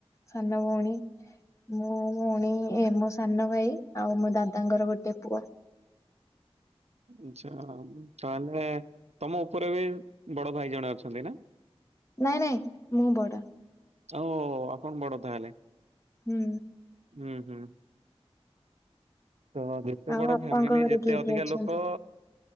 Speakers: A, on the left (about 30°); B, on the right (about 85°).
A: ସାନ ଭଉଣୀ ମୋ ଭଉଣୀ ମୋ ସାନ ଭାଇ। ଆଉ ମୋ ଦାଦାଙ୍କର ଗୋଟେ ପୁଅ।
B: ଆଚ୍ଛା ତାହଲେ। ତମ ଉପରେ ବି ବଡ ଭାଇ ଜଣେ ଅଛନ୍ତି ନା।
A: ନାଇଁ ନାଇଁ ମୁଁ ବଡ।
B: ଆଉ ଆପଣ ବଡ ତାହେଲେ
A: ହୁଁ
B: ହୁଁ ହୁଁ। ତ ଯେତେ
A: ଆଉ
B: ବଡ
A: ଆପଣଙ୍କ
B: ଫ୍ୟାମିଲି
A: ଘରେ
B: ଯେତେ
A: କିଏ
B: ଅଧିକା
A: କିଏ ଅଛନ୍ତି?
B: ଲୋକ। ଉ